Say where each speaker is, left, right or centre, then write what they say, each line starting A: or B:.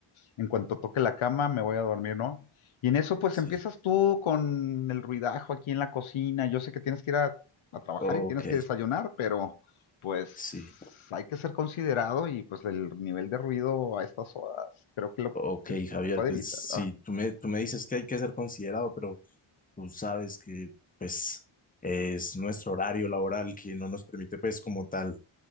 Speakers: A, on the left; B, on the left.
A: en cuanto toque la cama me voy a dormir, ¿no? Y en eso pues
B: sí.
A: empiezas tú con el ruidajo aquí en la cocina, yo sé que tienes que ir a, a trabajar
B: Ok,
A: y tienes que desayunar, pero pues
B: sí,
A: hay que ser considerado y pues el nivel de ruido a estas horas creo que lo
B: ok,
A: que se
B: Javier,
A: puede
B: pues
A: evitar,
B: sí,
A: ¿no?
B: tú me, tú me dices que hay que ser considerado, pero tú sabes que pues es nuestro horario laboral que no nos permite pues como tal